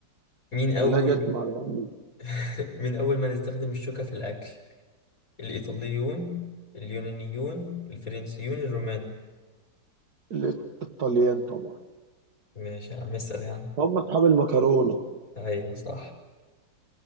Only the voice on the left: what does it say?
مين اول
<laughs> مين اول من استخدم الشوكة في الاكل الايطاليون اليونانيون الفرنسيون الرومان
ماشي يا عم اسال يا عم
ايوه صح